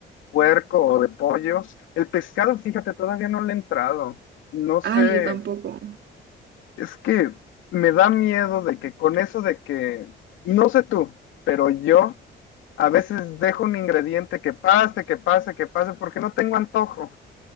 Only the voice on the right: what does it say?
Ay, yo tampoco.